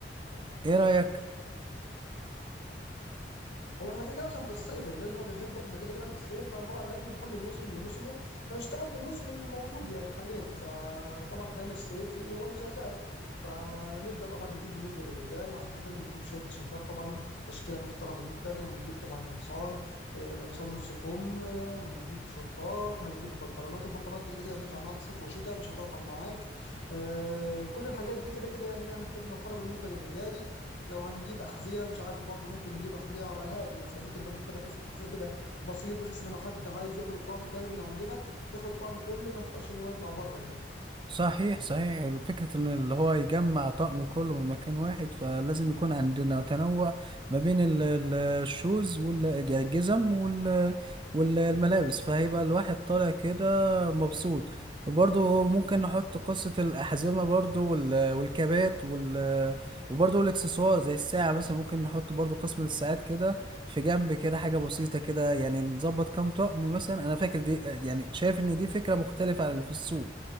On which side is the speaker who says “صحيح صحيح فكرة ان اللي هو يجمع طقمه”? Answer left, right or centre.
Right